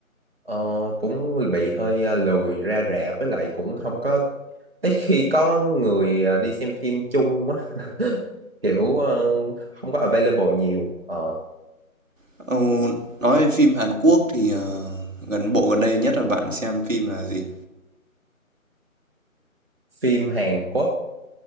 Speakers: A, on the right; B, on the right.
A: ờ, cũng bị hơi ờ, lười ra rạp với lại cũng không có ít khi có người ờ, đi xem phim chung á kiểu ờ, không có available nhiều Ờ,
B: Ờ, nói về phim Hàn Quốc thì, ờ, gần bộ gần đây nhất là bạn xem phim là gì?
A: phim Hàn Quốc